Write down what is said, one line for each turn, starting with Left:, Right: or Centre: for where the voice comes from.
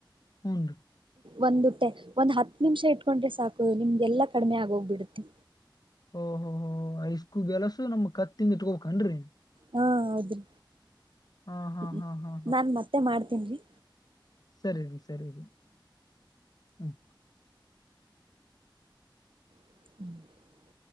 Left: ಹ್ಮ್ <unintelligible>
Right: ಒಂದ್ಟ್ಟೆ ಒಂದ್ ಹತ್ ನಿಮಿಷ ಇಟ್ಕೊಂಡ್ರೆ ಸಾಕು ನಿಮ್ಗೆಲ್ಲಾ ಕಡಿಮೆ ಆಗೋಗ್ಬಿಡುತ್ತೆ
Left: ಓಹೋ ಹೋ ಐಸ್ಕ್ಯೂಬ್ ಎಲ್ಲಸು ನಮ್ ಕತ್ತಿಂದ ಇಟ್ಕೋನ್ ಕೆಡ್ರಿ <unintelligible>
Right: ಹಾ ಹೌದ್ರಿ
Left: ಹಾ ಹಾ
Right: ಹ್ಮ
Left: ಹಾ ಹಾ
Right: ನಾನ್ ಮತ್ತೆ ಮಾಡ್ತೇನ್ರಿ
Left: ಸರಿರಿ ಸ್ ಸರಿದು ಹ್ಮ್ <unintelligible>
Right: <unintelligible>